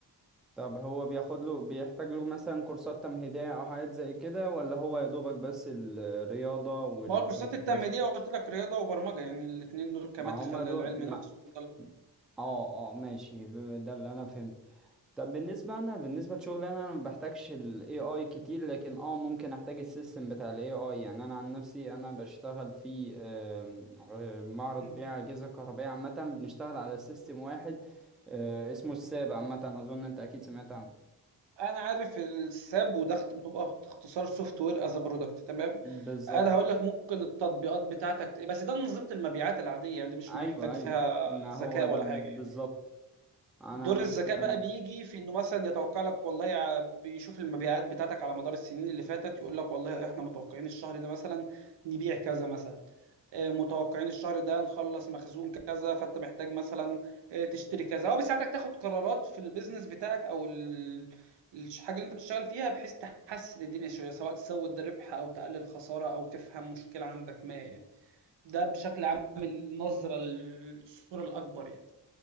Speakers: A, in the centre; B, on the right.
A: طب هو بياخد له بيحتاج له مثلا كورسات تمهيدية أو حاجات زي كده ولا هو يا دوبك بس الرياضة والبايثون
B: ما هو الكورسات التمهيدية
A: بس
B: قلت لك رياضة وبرمجة يعني الاتنين دول كمدخل
A: ما هما دول
B: للعلم نفسه
A: ما
B: وده-
A: اه اه ماشي ده اللي أنا فهمته طب بالنسبة أنا بالنسبة لشغلي أنا ما بحتاجش ال AI كتير لكن اه ممكن أحتاج السيستم بتاع ال AI يعني أنا عن نفسي أنا بشتغل في آم، آه، معرض
B: مم.
A: بيع أجهزة كهربائية عامة بنشتغل على سيستم واحد آه، اسمه الساب عامة أظن أنت أكيد سمعت عنه
B: انا عارف الساب وده اخت- بتبقى اختصار سوفت وير از برودكت تمام
A: بالظبط
B: انا هقول لك ممكن التطبيقات بتاعتك ت- بس ده منظومة المبيعات العادية يعني دي مش
A: أيوه
B: محتاج
A: أيوه
B: فيها
A: ما هو
B: ذكاء
A: ده
B: ولا
A: بالظبط
B: حاجة يعني.
A: أنا
B: دور
A: عن
B: الذكاء
A: نفسي
B: بقى
A: أنا
B: بيجي في انه مثلا يتوقع لك والله ع- بيشوف المبيعات بتاعتك على مدار السنين اللي فاتت يقول لك والله احنا متوقعين الشهر ده مثلا نبيع كذا مثلا آه، متوقعين الشهر ده نخلص مخزون كذا فانت محتاج مثلا آه، تشتري كذا هو بيساعدك تاخد قرارات في البيزنس بتاعك او ال- الحاجه اللي انت بتشتغل فيها بحيث تحسن الدنيا شويه سواء تزود الربح او تقلل خساره او تفهم مشكله عندك ما يعني ده بشكل عام النظره الصوره الاكبر يعني